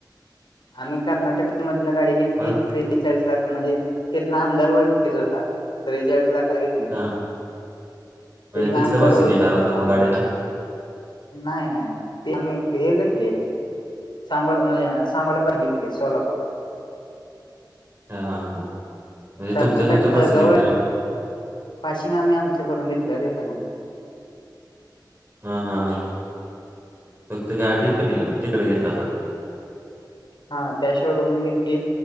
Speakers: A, on the left (about 85°); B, on the right (about 25°).
A: आम्ही कर्नाटक मधन गाडी घेतली
B: मग
A: त्रेचाळीस लाख म्हणजे त्याथला आमदार ओळखकीच होता त्रेचाळीस लाखाला घेतली
B: हा म्हणजे
A: तिथला
B: तिथलं
A: आमदार
B: पासिंग
A: ओळखेचा
B: येणार
A: होता
B: आता मग
A: आमच्या
B: गाडीला
A: नाही नाही ते आही हे घेतली सांगल म्हजे सांगला बघितले सोलापूर
B: ह हा हां म्हणजे
A: कर्नाटकच्या
B: तुमच्या तुमचं पासिंग
A: जवळ
B: येते ना
A: पाशिंग आम्ही आमचं करून घेतलं रेट ना
B: हा हा हा फक्त गाडी पली तिकडे घेतला अस
A: हा त्याशिवाय रूमने घेतली